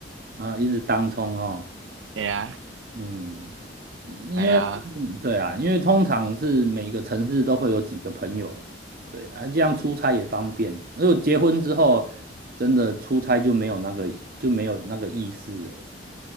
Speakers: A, on the right; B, on the right.
A: 啊，一直当冲哦。
B: <laughs> 哎呀，
A: 嗯，嗯因为嗯对啊，
B: 哎呀，
A: 因为通常是每个城市都会有几个朋友啦，对啊，这样出差也方便。如果结婚之后，真的出差就没有那个就没有那个意思了，